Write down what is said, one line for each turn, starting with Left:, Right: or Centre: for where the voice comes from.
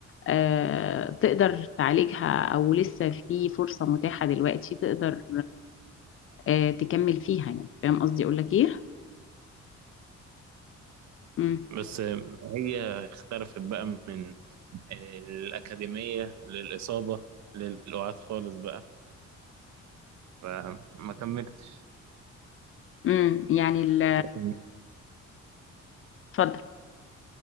Left: آه، تقدر تعالجها او لسه في فرصة متاحة دلوقتي تقدر آه، تكمل فيها يعني فاهم قصدي اقول لك ايه امم
Right: بس هي اختلفت بقى من الأكاديمية للإصابة للقعاد خالص بقى فما كملتش
Left: امم يعني ال-
Right: لكن
Left: اتفضل